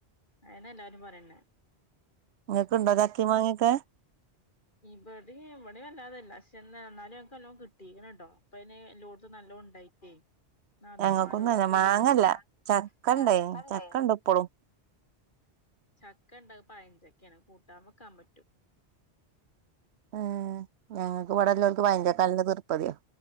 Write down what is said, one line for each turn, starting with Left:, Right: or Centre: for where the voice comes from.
Left: അയ്നെ എല്ലാരും പറയണേ.
Right: നിങ്ങക്ക് ഇണ്ടോ ചാക്കിം മാങ്ങ്യൊക്കെ
Left: ഇവിടെ ഇവിടെ വല്ലാതെല്ല പക്ഷെ എന്ന എന്നാലും ഞങ്ങക്ക് എല്ലോ കിട്ടിണണ്ടോ അപ്പലോ ത്തെല്ലോട്ത്തും നല്ലോ ഉണ്ടായിട്ടേ, ആഹ് നാതൂമാരോടൊക്കെ
Right: ഞങ്ങൾക്കൊന്നുല്ല മാങ്ങല്ല
Left: കൊട്ന്ന്ണ്ട
Right: ചക്ക ഇണ്ടായിനി ചക്ക ഇണ്ട് ഇപ്പളും
Left: ചക്ക ഉണ്ട് പഴഞ്ചക്കെയാണ് കൂട്ടാൻ വെക്കാൻ പറ്റും.
Right: ഉം ഞങ്ങക്ക് ഇവിടെല്ലോർക്ക്
Left: ഉം
Right: വയന്റെ കാലന്റെ തീർപ്പതിയാ.